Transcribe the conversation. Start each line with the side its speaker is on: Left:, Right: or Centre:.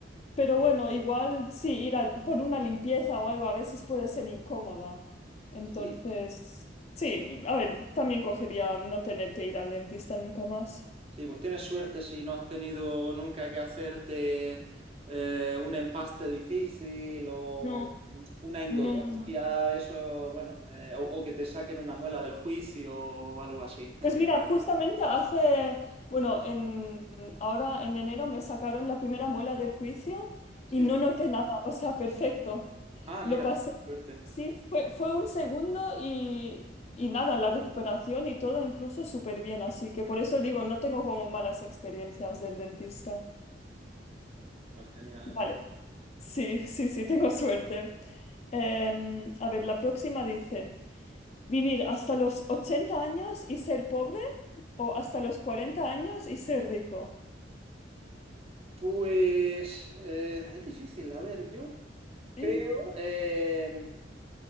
Left: Pero bueno, igual sí, ir al- por una limpieza o algo a veces puede ser incómoda. Entonces,
Right: Sí,
Left: sí,
Right: sí.
Left: a ver, también cogería no tener que ir al dentista nunca más.
Right: Sí, pues tienes suerte si no has tenido nunca que hacerte eh, un empaste difícil o
Left: No,
Right: mm, una endodoncia,
Left: no, no, no.
Right: eso, bueno, eh, o, o que te saquen una muela del juicio o algo así. <laughs>
Left: Pues mira, justamente hace, bueno, en, ahora en enero me sacaron la primera muela del juicio
Right: Sí.
Left: y no noté nada, o sea, perfecto.
Right: Ah,
Left: Lo
Right: mira,
Left: pasé,
Right: suerte.
Left: sí, fue, fue un segundo y, y nada, la recuperación y todo incluso súper bien, así que por eso digo, no tengo como malas experiencias del dentista.
Right: Pues genial,
Left: Vale,
Right: entonces.
Left: sí, sí, sí, tengo suerte. Em, a ver, la próxima dice... ¿Vivir hasta los 80 años y ser pobre o hasta los 40 años y ser rico?
Right: Pues eh, es difícil, a ver, yo creo
Left: Sí.
Right: eh,